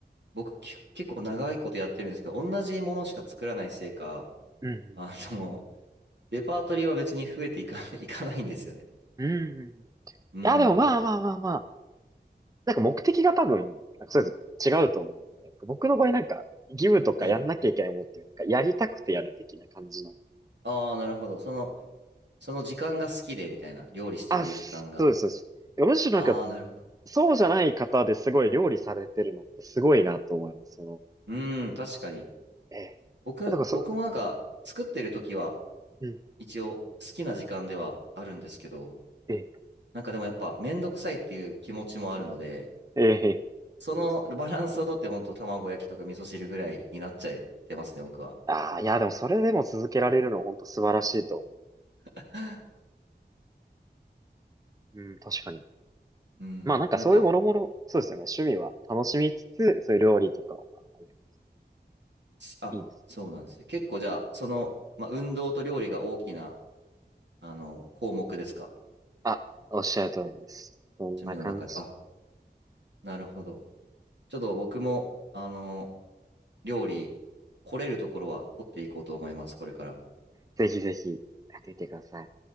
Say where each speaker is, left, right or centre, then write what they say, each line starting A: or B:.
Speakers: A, on the right; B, on the right.
A: 僕、き結構長いことやってるんですけど、同じものしか作らないせいか、
B: ね。
A: あの、<laughs> レパートリーは別に増えていか、<laughs> いかないんですよね。
B: うん。うん。い
A: うん。
B: や、でもまあまあまあまあ。なんか目的が多分、なんかそれぞれ違うと思うんで。なんか僕の場合なんか、義務とかやんなきゃいけないものっていう、
A: はい。
B: なんかやりたくてやる的な感じなの。
A: ああ、なるほど。その、その時間が好きで、みたいな。料理してる時間が。
B: あ、そうです、そうです。いやむしろなんか、
A: ああ、なるほど。
B: そうじゃない方ですごい料理されてるのってすごいなと思います。その、
A: うん、確かに。
B: ええ。
A: 僕、
B: だからそう、
A: 僕もなんか作ってる時は
B: うん。
A: 一応好きな時間ではあるんですけど、
B: ええ、
A: なんかでもやっぱめんどくさいっていう気持ちもあるので、
B: ええ、
A: そのバランスをとってほんと卵焼きとか味噌汁ぐらいになっちゃってますね、
B: そうですよね。
A: 僕は。
B: ああ、いや、でもそれでも続けられるのは本当素晴らしいと思
A: <laughs>
B: う。うん、確かに。
A: うん。
B: まあなんかそういうもろもろ、
A: なんか、
B: そうですよね。趣味は楽しみつつ、そういう料理とかをまあやりつつ、
A: すあ、
B: いいです。
A: そうなんですね。結構じゃあ、その、まあ、運動と料理が大きな、あの、項目ですか
B: あ、おっしゃる通りです。そんな感じ。
A: 趣味の中で。あ、なるほど。ちょっと僕も、あの、料理、来れるところは凝っていこうと思います、これから。
B: ぜひぜひ、やってみてください。